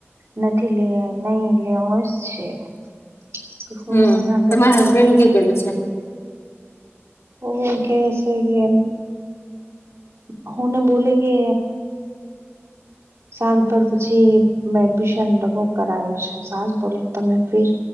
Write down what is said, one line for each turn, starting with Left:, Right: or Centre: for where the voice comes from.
Right: નથી લે નહી લેવો જ છે, શું
Left: હમ
Right: મના કરશે
Left: તમારા હસબેન્ડ કે કેવે છે.
Right: ઓ ક છે કે હ ના બોલે કે સાલ પર પછી એડમિશન ડબો કરાવી છે સાજ બોલે તમે ફીર